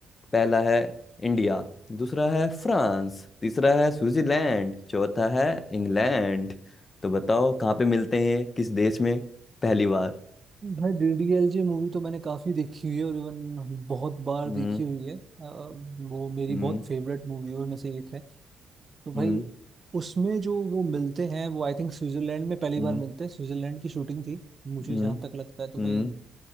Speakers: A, on the left; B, on the right.
A: पहला है इंडिया दूसरा है फ्रांस तीसरा है स्विट्जरलैंड चौथा है इंग्लैंड तो बताओ कहाँ पे मिलते हैं किस देश में पहली बार
B: भाई डीडीएलजे मूवी तो मैंने काफी देखी हुई है और इवन बहुत बार
A: हम्म
B: देखी हुई है अ, वो मेरी
A: हम्म
B: बहुत फेवरेट मूवियों में से एक है तो भाई
A: हम्म
B: उसमें जो वो मिलते हैं वो आई थिंक स्विट्जरलैंड में पहली
A: हम्म
B: बार मिलते हैं स्विट्जरलैंड की शूटिंग थी मुझे
A: हम्म
B: जहां तक लगता है तो
A: हम्म
B: भाई